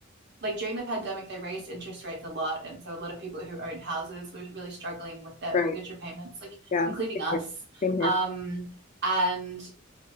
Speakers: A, on the right (about 55°); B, on the left (about 35°).
A: like during the pandemic, they raised interest rates a lot, and so a lot of people who owned houses were really struggling with their
B: Right.
A: mortgage repayments, like
B: Yeah.
A: including
B: Same
A: us.
B: here. Same here.
A: Um, and